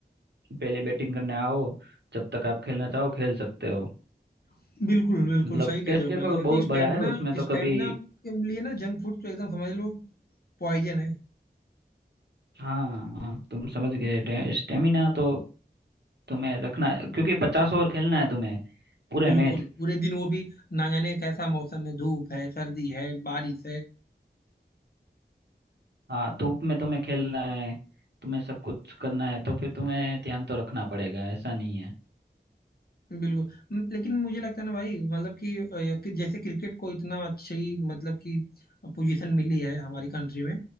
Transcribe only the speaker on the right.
पहले बैटिंग करने आओ जब तक आप खेलना चाहो खेल सकते हो
मतलब
टेस्ट
क्रिकेट
तो बहुत
बड़ा है उसमें तो
कभी
हाँ हाँ तुम समझ गए स्टेमिना तो तुम्हें रखना क्योंकि पचास ओवर खेलना है तुम्हें पूरे
मैच
हाँ धूप में तुम्हें खेलना है तुम्हें सब कुछ करना है तो फिर तुम्हें ध्यान तो रखना पड़ेगा ऐसा नहीं है